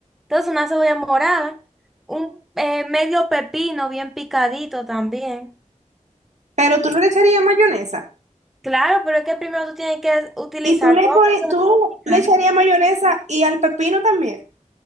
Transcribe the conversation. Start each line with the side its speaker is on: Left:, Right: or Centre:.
Centre: Entonces una cebolla morada, un eh, medio pepino bien picadito también.
Right: Pero tú no le echarías mayonesa.
Centre: Claro, pero es que primero tú tienes que utilizar
Right: Y tú le
Centre: todo
Right: pones,
Centre: lo
Right: tú
Centre: que vas a picar.
Right: le echarías mayonesa y al pepino también,